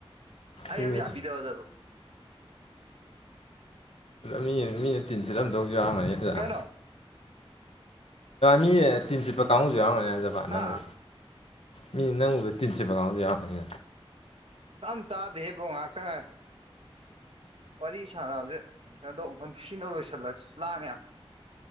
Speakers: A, on the right; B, on the left.
A: ꯑꯩ
B: ꯃꯤꯅ
A: ꯑꯝ ꯌꯥꯕꯤꯗꯕ ꯗꯨ
B: ꯃꯤ ꯃꯤꯅ ꯇꯤꯟ ꯁꯤꯠꯂꯝꯗꯧꯁꯨ ꯌꯥꯎꯔꯝꯒꯅꯤ ꯑꯗꯨꯗ
A: ꯀꯩꯅꯣ
B: ꯃꯤ ꯇꯤꯟ ꯁꯤꯠꯄꯥ ꯀꯥꯡꯕꯨꯁꯨ ꯌꯥꯔꯝꯒꯅꯤ ꯑꯖꯕ
A: ꯍꯥ
B: ꯅꯪꯕꯨ ꯃꯤ ꯅꯪ ꯎꯕꯗ ꯇꯤꯟꯁꯤꯠꯄ ꯀꯟꯒꯨꯁꯨ ꯌꯥꯎꯔꯝꯅꯤ
A: ꯆꯝ ꯇꯥꯗꯦꯍꯦ ꯕꯔꯣ ꯉꯥꯛꯇ ꯉꯥꯏꯌꯨ ꯋꯥꯔꯤ ꯁꯥꯟꯅꯕꯁꯦ ꯀꯩꯅꯣ ꯇꯧꯕ ꯃꯟ ꯁꯤꯅꯕ ꯂꯣꯏꯁꯤꯜꯂꯁꯤ ꯂꯥꯡꯉꯦ